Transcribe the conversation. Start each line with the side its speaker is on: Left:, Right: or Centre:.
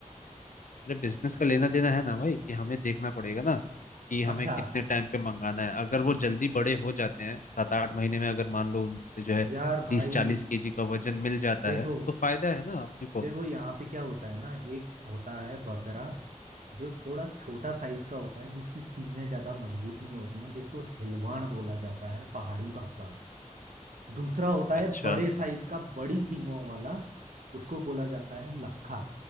Left: अरे बिजनेस का लेना देना है ना भाई कि हमें देखना पड़ेगा ना कि हमें
Right: अच्छा
Left: कितने टाइम पे मंगाना है अगर वो जल्दी बड़े हो जाते हैं सात आठ महीने में अगर मान लो उनसे जो है
Right: यार भाई
Left: तीस चालीस केजी का वजन मिल जाता
Right: देखो
Left: है तो फायदा है ना अपने को
Right: देखो यहाँ पे क्या होता है ना एक होता है बकरा जो थोड़ा छोटा साइज का होता है जिसकी सीने ज्यादा मजबूत नहीं होती हैं जिसको हिलवाण बोला जाता है पहाड़ी भाषा में दूसरा होता है
Left: अच्छा
Right: बड़े साइज का बड़ी सींगों वाला उसको बोला जाता है लखा